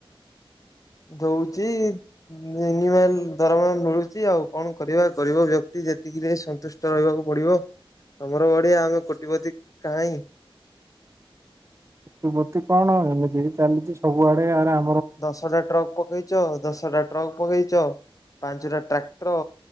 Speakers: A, on the left; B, on the right.
A: ଦଉଚି। <unintelligible> ଦରମା ମିଳୁଛି ଆଉ, କଣ କରିବା ଗରିବ ବ୍ୟକ୍ତି ଯେତିକିରେ ସନ୍ତୁଷ ରହିବାକୁ ପଡିବ, ତମର ବଡିଆ ଆମେ କୋଟିପତି କାଇଁ?
B: <unintelligible> କଣ ଏମିତି ଚାଲିଛି ସବୁଆଡେ ଆରେ ଆ
A: ଦଶଟା ଟ୍ରକ୍ ପକେଇଚ, ଦଶଟା ଟ୍ରକ୍ ପକେଇଚ, ପାଞ୍ଚଟା ଟ୍ରାକ୍ଟର